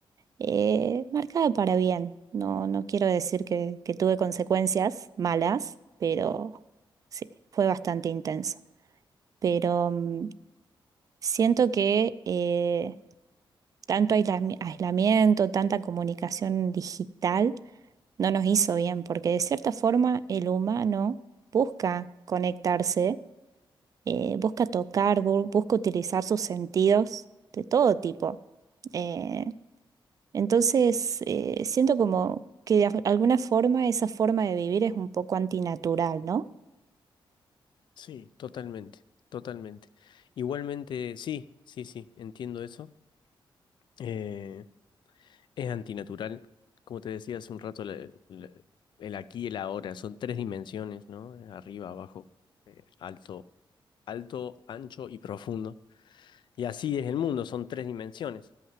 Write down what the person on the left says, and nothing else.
Sí, totalmente, totalmente. Igualmente, sí, sí, sí, entiendo eso. Eh, es antinatural, como te decía hace un rato, la- la- el aquí y el ahora, son tres dimensiones, ¿no? Eh, Arriba, abajo, alto, alto, ancho y profundo. Y así es el mundo, son tres dimensiones.